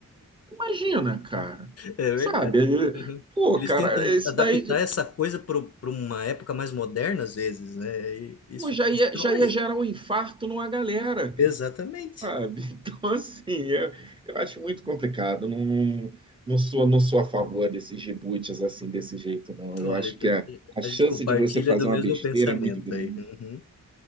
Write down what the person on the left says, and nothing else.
É verdade.
Uhum.
Eles
tentam
adaptar
essa coisa para uma época mais moderna, às vezes, né? E isso
destrói.
Exatamente.
Olha,
a
gente compartilha
do
mesmo
pensamento
aí. Uhum.